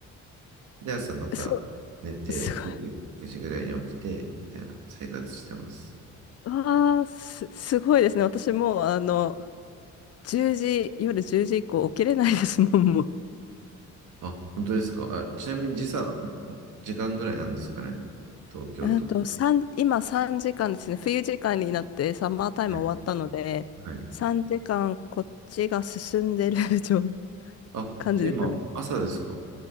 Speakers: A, on the right; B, on the left.
A: で、朝また寝て、
B: そう、すごい。
A: 9時、くじぐらいに起きて、みたいな生活してます。
B: ああ、す、すごいですね。私もう、あの、1時、夜10時以降起きれないですもん、もう。
A: あ、本当ですか。あ、ちなみに時差、時間ぐらいなんですかね。東京と。
B: うんと、三今3時間ですね。冬時間になってサマータイム終わったので、
A: はい。はい。
B: 3時間こっちが進んでる <laughs> 状
A: あ、
B: 感じですかね。
A: じゃあ今、朝ですか。